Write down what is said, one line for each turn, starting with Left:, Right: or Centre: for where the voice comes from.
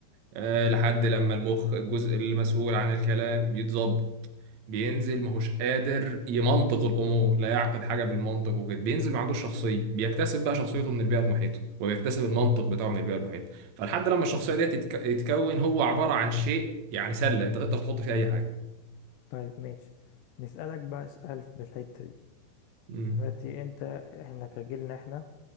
Right: آه، لحد لما المخ الجزء المسؤول عن الكلام يتظبط بينزل ماهوش قادر يمنطق الامور لا يعقل حاجه بالمنطق وكده بينزل ما عندوش شخصيه بيكتسب بقى شخصيته من البيئه المحيطه وبيكتسب المنطق بتاعه من البيئه المحيطه فلحد لما الشخصيه دي تتك... تتكون هو عباره عن شيء يعني سله انت تقدر تحط فيه اي حاجه
Left: طيب ماشي نسألك بقى سؤال في الحتة دي
Right: امم
Left: دلوقتي انت احنا كجيلنا احنا